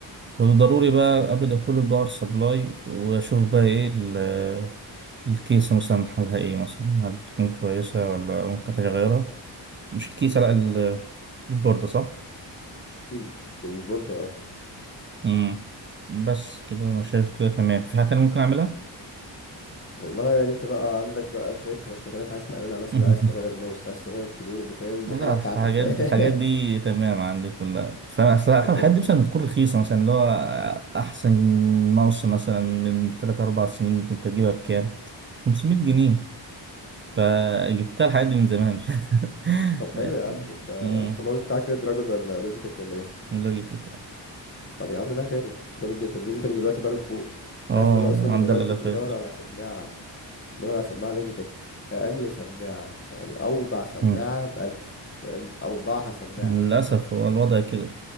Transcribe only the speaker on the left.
الب- البوردة اه
والله يعني انت بقى عندك بقى شوية حبشتكنات عايز تعملها مثلا
عايز تغير ماوس عايز تغير كيبورد فاهم دي
حاجة بتاعتك
فاهم
<laughs>
انت
طب حلو
يا عم انت
انت الماوس بتاعك ريد دراجون ولا لوجيتك ولا ايه
طب يا عم لا جامد جامد جدا لوجيتك دلوقتي ضارب فوق انت
عارف ان انا اصلا من
قريب
كنت بدور على سماعه بدور على سماعه لوجيتك اقل سماعه يعني اوضع سماعه
بألف فاهم اوضعها سماعه